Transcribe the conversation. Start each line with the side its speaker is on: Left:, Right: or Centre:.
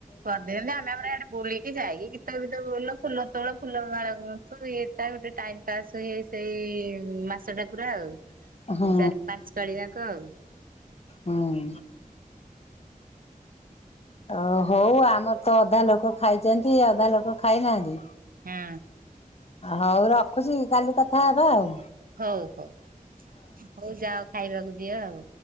Right: କରିଦିଅନ୍ତି ଆମେ ଆମର ଆଡେ ବୁଲିକି ଯାଇକି ଗୀତ, ଫିତ ବୋଲ ଫୁଲ ତୋଲୂ ଫୁଲ ମାଳ ଗୁଥୁ ଫୁଲ ହୁଏ ତା ଗୋଟେ ଟାଇମ ପାସ୍ ହୁଏ ସେଇ ମାସ ଟା ପୁରା ଆଉ।
Left: ହୁଁ
Right: ଚାରି ପାଞ୍ଚ ପାଳି ଯାକ ଆଉ।
Left: ହଁ। ଓ ହଉ ଆମର ତ ଅଧା ନୋକ ଖାଇଛନ୍ତି ଅଧା ନୋକ ଖାଇନାହାନ୍ତି
Right: ହଁ
Left: ହଉ ରଖୁଛି କାଲି କଥା ହେବା ଆଉ?
Right: ହଉ ହଉ ହଉ ଯାଅ ଖାଇବାକୁ ଦିଅ ଆଉ।